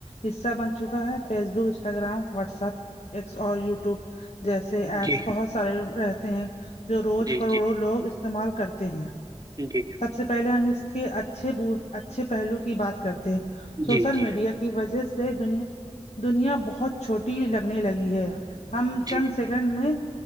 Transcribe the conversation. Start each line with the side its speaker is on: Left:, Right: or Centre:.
Left: حصہ بن چکا ہے Facebook Instagram WhatsApp X اور یوٹیوب جیسے ایپس
Right: جی
Left: بہت سارے رہتے ہیں جو روز
Right: جی
Left: کروڑوں لوگ استعمال کرتے ہیں
Right: کیوں کہ
Left: سب سے پہلے ہم اس کے اچھے اچھے پہلو کی بات کرتے ہیں سوشل
Right: جی جی
Left: میڈیا کے وجہ سے د دنیا بہت چھوٹی لگنے لگی ہے ہم
Right: جی
Left: چند
Right: جی
Left: سیک سنڈ میں